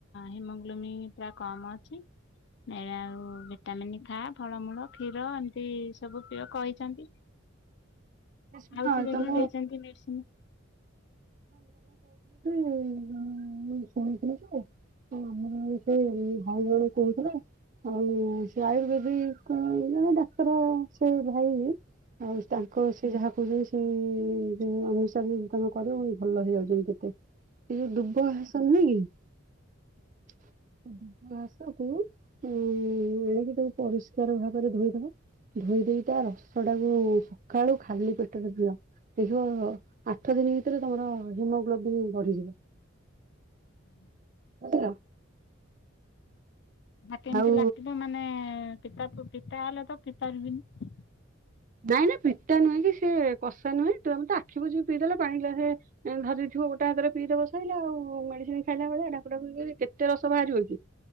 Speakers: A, on the left; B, on the right.
A: ହିମୋଗ୍ଲୋମି ପୁରା କମ ଅଛି ଏରା ଆଉ ଭିଟାମିନ୍ ଖା ଫଳମୂଳ କ୍ଷୀର ଏମିତି ସବୁ ପିଅ କହିଛନ୍ତି।
B: ଏ ଶୁଣ
A: ଖାଉଚି ଦେଖିଆ
B: ତମ
A: ଦେଇଚନ୍ତି ମେଡିସିନ।
B: ଉଁ ହୁଁ ଶୁଣିଥିଲି ଯେ ସେ ଆମର ଭାଇ ଜଣେ କହୁଥିଲେ ଆଉ ସେ ଆୟୁର୍ବେଦିକ ଜଣେ ଡାକ୍ତର ସେ ଭାଇ। ଆଉ ତାଙ୍କ ସେ ଯାହା କହୁଚନ୍ତି ସେ ଯୋଉ ଅନୁସାରେ ତମ କରିବବୁକି ଭଲ ହେଇଯାଉଛନ୍ତି କେତେ। ଏଇ ଯୋଉ ଦୁବ ଘାସ ନୁହେଁ କି ଘାସକୁୁ ଉ ଆଣିକି ତାକୁ ପରିଷ୍କାର ଭାବରେ ଧୋଇଦବ ଧୋଇ ଦେଇେଇ ତା ରସ ଟାକୁ ସଖାଳୁ ଖାଲି ପେଟରେ ପିଅ ଦେଖିବ ଆଠ ଦିନି ଭି ଏଥିରେ ତମର ହିମୋଗ୍ଲୋବିନ୍ ବଢିଯିବ।
A: <unintelligible>
B: ବୁଝିଲ।
A: କେମିତି
B: ଆଉ
A: ଲାକିବ ମାନେ ପିତାପ ପିତା ହେଲେ ତ ପିତାରବିନ
B: ନାଇଁ ନାଇ ପିତା ନୁହେଁ କି ସେ କଷା ନୁହେଁ ତୁମେତ ଆଖିିବୁଯିକି ପିଇଦେଲେ ପାଣି ଗ୍ଲାସେ ଧରିଥିବ ଗୋଟେ ହାତରେ ପିଇଦବ ସଇିଲଲା ଆଉ ମେଡିସିନ ଖାଇଲା ବେଳେ ଢାକୁଢାକୁ କିରି କେତେ ରସ ବାହାରିବକି।